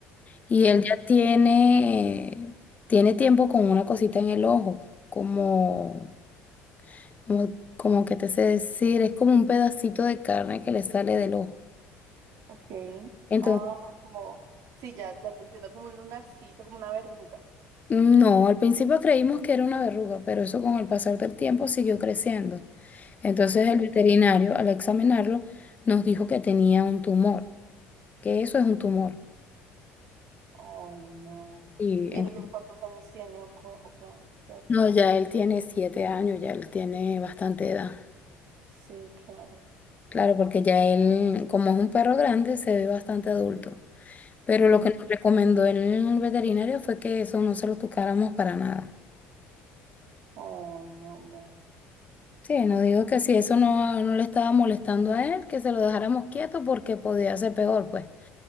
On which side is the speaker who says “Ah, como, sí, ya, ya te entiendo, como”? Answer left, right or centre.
Right